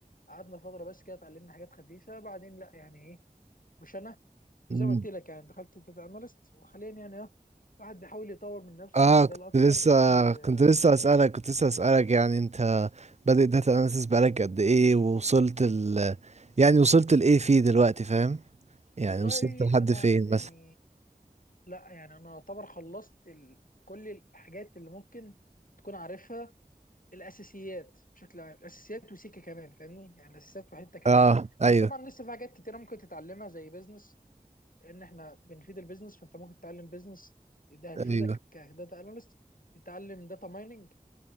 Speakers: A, on the left; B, on the right.
A: قعدنا فتره بس كده اتعلمنا حاجات خفيفه بعدين لا يعني ايه مش انا وزي
B: الكلام
A: ما قلت لك يعني دخلت داتا اناليست وحاليا يعني اه الواحد بيحاول يطور من نفسه
B: اه
A: في المجال
B: كنت
A: اكتر
B: لسه
A: بيحاول ي...
B: كنت لسه اسالك كنت لسه اسالك يعني انت بادئ داتا اناليسيس بقالك قد ايه ووصلت ال يعني وصلت لايه فيه دلوقتي فاهم يعني
A: والله
B: وصلت لحد
A: انا
B: فين
A: يعني
B: مثلا
A: لا يعني انا اعتبر خلصت ال... كل الحاجات اللي ممكن تكون عارفها الاساسيات بشكل عام الاساسيات وسيكه كمان فاهمني يعني الاساسيات وحته كمان
B: اه ايوه
A: بس طبعا لسه في حاجات كتيره ممكن تتعلمها زي بيزنس لان احنا بنفيد البيزنس فانت ممكن تتعلم بيزنس ده هتفيدك
B: ايوه
A: كداتا اناليست تتعلم داتا مايننج